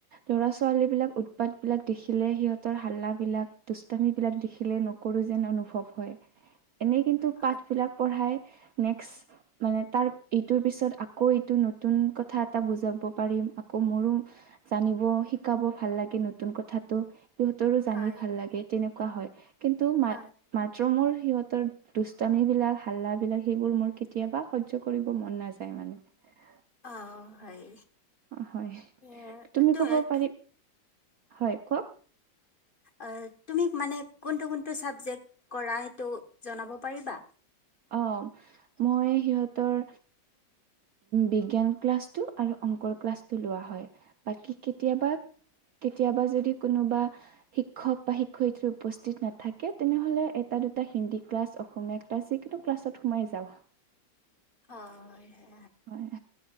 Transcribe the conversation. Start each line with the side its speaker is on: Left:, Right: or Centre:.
Right: ল'ৰা ছোৱালী বিলাক <unintelligible> উৎপাত বিলাক দেখিলে সিহঁতৰ হাল্লাবলাক দুষ্টামী বিলাক দেখিলে নকৰো যেন অনুভৱ হয়। এনেই কিন্তু
Left: হয়
Right: পাঠবিলাক পঢ়াই নেক্স, মানে তাৰ ইটোৰ পিছত আকৌ এইটো নতুন কথা এটা বুজাব পাৰিম আকৌ মোৰো, জানিব, শিকাব ভাল লাগে নতুন কথাটো। সিহঁতৰো জানি
Left: হয়
Right: ভাল লাগে তেনেকুৱা হয় কিন্তু মা
Left: হয়
Right: মাত ত মোৰ সিহঁতৰ দুষ্টামিবিলাক হাল্লাবিলাক সেইবোৰ মোৰ কেতিয়াবা সহ্য কৰিব মন নাযায় মানে
Left: আহ হয়
Right: অ হয়
Left: এ
Right: তুমি
Left: তো
Right: কব পাৰি,
Left: তো-
Right: হয় কওক।
Left: অহ তুমি মানে কোনটো কোনটো চাবজেক্ট কৰা সেইটো জনাব পাৰিবা?
Right: অ মই সিহঁতৰ বিজ্ঞান ক্লাছটো আৰু অংকৰ ক্লাছটো লোৱা হয় বাকী কেতিয়াবা কেতিয়াবা যদি কোনোবা শিক্ষক বা শিক্ষয়িত্ৰী উপস্থিত নাথাকে তেনেহলে এটা,। দুটা হিন্দী ক্লাছ অসমীয়া ক্লাছ যিকোনো ক্লাছত সোমাই যাওঁ।
Left: অ হে।
Right: হয়